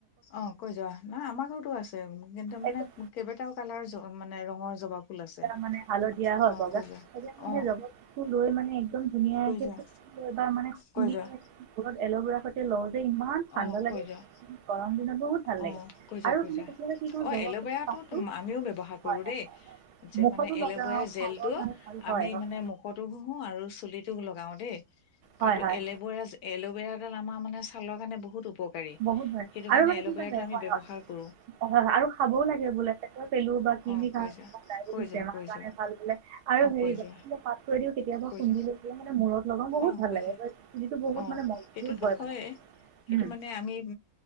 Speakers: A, on the left; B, on the right.
A: অ কৈ যোৱা না আমাৰ ঘৰতো আছে কিন্তু
B: একদম
A: মানে কেইবাটাও কালাৰ মানে ৰঙৰ জবা ফুল আছে
B: মানে হালধীয়া হয়
A: অ
B: বগা
A: কৈ যোৱা
B: সে
A: অ
B: সেই জবা ফুলটো লৈ মানে একদম ধুনীয়াকে
A: কৈ যোৱা
B: লৈ বা মানে খুন্দি
A: কৈ যোৱা
B: এল'বেৰা সৈতে লওঁ। যে ইমান ঠাণ্ডা
A: অ
B: লাগে
A: কৈ যোৱা
B: গৰম দিনত বহুত ভাল
A: অ
B: লাগে
A: কৈ যোৱা
B: আৰু
A: কৈ
B: আপে
A: যোৱা
B: কেতিয়াবা কি ক'ল
A: অ
B: জগ
A: এল'ভেৰাটো
B: পাতটো।
A: আমিও ব্যৱহাৰ কৰো
B: হয়
A: দেই যে
B: মুখতো
A: মানে
B: লগাওঁ
A: এল'ভেয়াৰ জেলটো
B: ছালৰ কাৰণে ভাল হয়
A: আমি
B: হয়
A: মানে মুখতো ঘহো আৰু চুলিটো লগাও দেই।
B: হয়
A: কাৰণো
B: হয়
A: এল'ভেৰা এলোবেৰাডাল আমাৰানে। মানে চালক কাৰণে বহুত। উপকাৰী
B: বহুত হয়
A: সেইটো
B: আৰু
A: কাৰণে
B: মানে
A: এল'ভেৰাটো
B: কি ক
A: আমি
B: হয়
A: ব্যৱহাৰ
B: হয় হয়
A: কৰো
B: হয় আৰু খাবও লাগে বোলেেটৰ পেলো বাবেটি
A: অ কৈ যোৱা কৈ যোৱা
B: বেমাৰণে
A: কৈ যোৱা
B: ভাল বোলে আৰু
A: অ
B: হ
A: কৈ যোৱা
B: পাত দি কেতিয়াবা
A: কৈ
B: খুন্দি
A: যা
B: লৈলে মানে মূৰত লগাওঁ বহুত
A: অ
B: ভাল
A: কৈ
B: লাগেটো
A: যা
B: বহুত
A: অ
B: মানে মজবুত
A: সেইটোতো
B: হয়
A: হয়ে
B: মানে।
A: সেইটো
B: উম
A: মান। মানে আমি